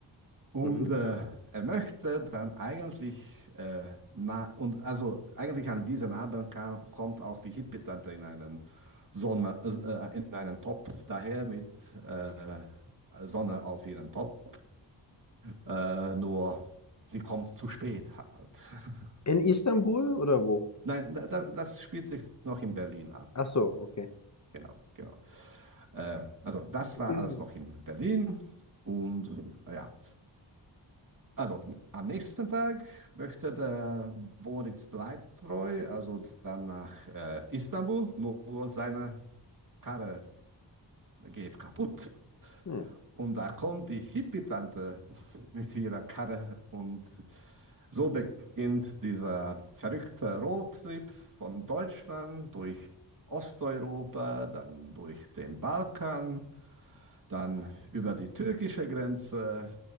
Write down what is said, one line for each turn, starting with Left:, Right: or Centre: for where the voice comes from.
Right: und
Left: Mhm.
Right: äh, er möchte dann eigentlich äh, na und also eigentlich an diesen Abend kam, kommt auch die Hippie-Tante in einen Sonne äh, in einen Top daher mit äh, Sonne auf ihren Top. Äh, nur sie kommt zu spät halt. <laughs>
Left: In Istanbul oder wo?
Right: Nein, da, da, das spielt sich noch in Berlin ab.
Left: Ach so, okay.
Right: Genau, genau. Äh, also das
Left: <clears throat>
Right: war alles noch in Berlin und äh, ja. Also am nächsten Tag möchte der Boris bleibt treu, also dann nach äh, Istanbul, nur seine Karre geht kaputt.
Left: Hm.
Right: Und da kommt die Hippie-Tante <laughs> mit ihrer Karre und so beginnt dieser verrückte Roadtrip von Deutschland durch Osteuropa, dann durch den Balkan dann über die türkische Grenze